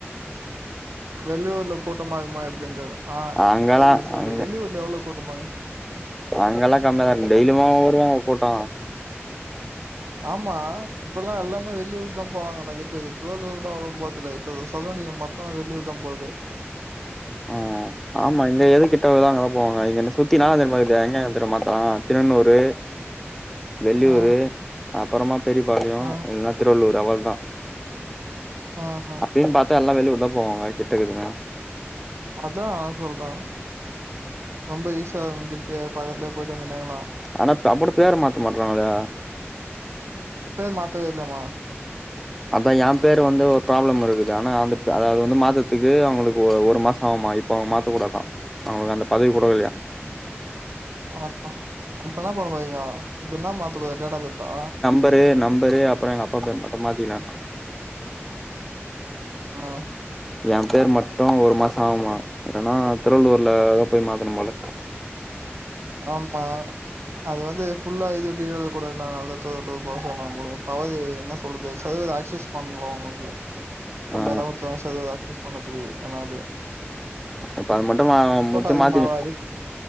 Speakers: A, on the right (about 70°); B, in the centre.
A: வெள்ளியூர்ல கூட்டமா இர்க்குமா எப்படின் கேக்குற அ
B: அங்கல்லா
A: தெரிது சொல்லு
B: அங்க
A: வெள்ளியூர்ல எவ்ளோ கூட்டமாக்கு
B: அங்கெல்லா கம்மியாதா இர்க்கு டெய்ல்யுமா வருவாங்க கூட்டோ
A: ஆமா இப்பல்லா எல்லாமே வெள்ளியூர்க் தா போறாங்க நெறய பேரு திருவள்ளுர் கூட அவ்ளும் போற்துல இப்ப இந்த சதுரகிரி மல தோ வெள்ளியூர்தா போதே
B: ம் ஆமா இங்க எது கிட்டகிதோ அங்கதா போவாங்க இங்க என்னன் சுத்தி இன்னான தெரிமா மாகிது எங்கெங்க
A: ஆ,
B: தெரிமா திண்ணனூரு வெள்ளியூரு
A: ஆ,
B: அப்புறமா பெரியபாளையோ
A: ஆ,
B: இல்னா திருவள்ளூர் அவள்தா
A: ஆமா
B: அப்டின் பாத்தா எல்லா வெளியுர்தா போவாங்க கிட்டக்குதுனு
A: அதா நா சொல்ற ரொம்ப ஈஸியாதங்க கிட்டிய பக்கத்துல போயிட்டு வந்துனு எங்கனா
B: ஆனா அப்புடி பேரு மாத்த மாட்றாங்களே
A: பேர் மாத்தவே இல்லம்மா
B: அதா எ பேரு வந்து ஒரு ப்ராப்ளம் இருக்குது ஆனா அது அதாவது வந்து மாதத்துக்கு அவுங்களுக்கு ஒரு மாச ஆவுமா இப்ப அவுங்க மாத்தக்கூடா தா அவுங்களுக்கு அந்த பதவி கூட இல்லையா
A: ஆ அப்ப என்ன பண்ண போறீங்க இப்ப இன்ன மாத்துரது டேட் ஆப் பெர்தா
B: பேரு நம்பரு அப்புற எங்க அப்பா பேரு மட்டு மாத்திகிலன்னா
A: ஆஹ
B: எ பேர் மட்டு ஒரு மாச ஆவுமா என்னனா திருவள்ளூர்ல போய் மாத்தனு போல
A: ஆமா அது வந்து ஃபுல்லா இதுடிது கூடல்ல நல்லது து போ சொன்னங்க கூட பவதி என்ன சொல்லுது சதவீத ஆக்சஸ் பண்லா உங்களுக்கு கம்மியாதவுத
B: ஆ
A: சதவித ஆக்சஸ் பண்ணதுக்கு ஆனா‌ அது
B: அப்ப அது மட்டுமா முத்திய
A: அதிகமாக
B: மாத்திரு